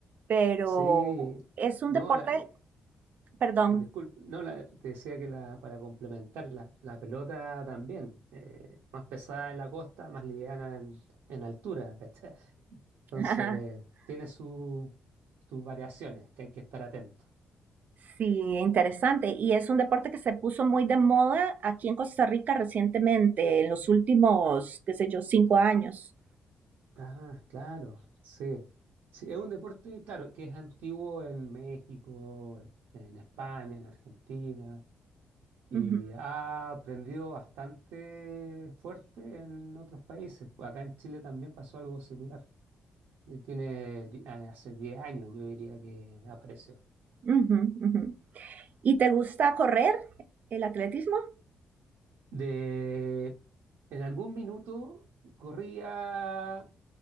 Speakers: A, on the right; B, on the right.
A: Pero
B: Sí,
A: es un
B: no,
A: deporte,
B: la,
A: perdón.
B: Eh, disculpe, no, la- te decía que la, para complementar, la, la pelota también, eh, más pesada en la costa, más liviana en, en altura, ¿cachai? Entonces,
A: <laughs>
B: tiene su- sus variaciones que hay que estar atento.
A: Sí, interesante. Y es un deporte que se puso muy de moda aquí en Costa Rica recientemente, en los últimos, qué sé yo, cinco años.
B: Ah, claro, sí. Sí, es un deporte, claro, que es antiguo en México, en España, en Argentina, y
A: Ujú,
B: ha aprendido bastante fuerte en otros países. Pues acá en Chile también pasó algo similar. Eh, Tiene di- ah, hace 10 años, yo diría que apareció.
A: ujú, ujú. ¿Y te gusta correr el atletismo?
B: De, en algún minuto corría